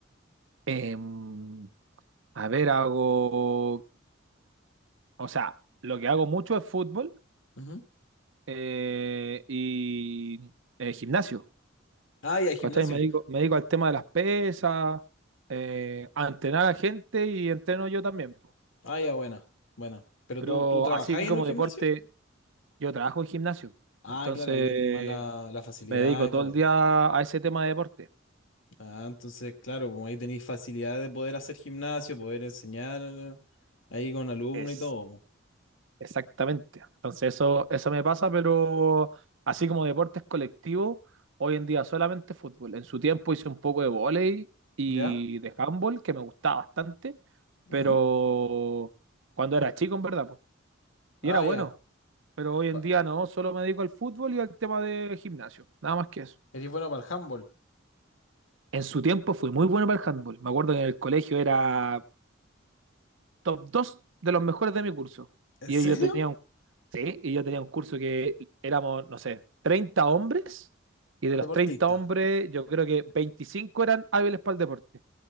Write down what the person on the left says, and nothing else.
Ujú.
Ah, ya, gimnasio.
Ah, ya, buena, buena. ¿Pero
tú, tú trabajáis
en un gimnasio?
Ah,
claro, ahí tenéis más la, la facilidad
y
todo.
Ah, entonces, claro, como ahí tenéis facilidad de poder hacer gimnasio, poder enseñar eh, ahí con alumnos
y todo. po.
¿Ya?
Ujú.
Ah,
ya.
Pa-
Eres bueno para el handball.
¿En
serio?
Deportista.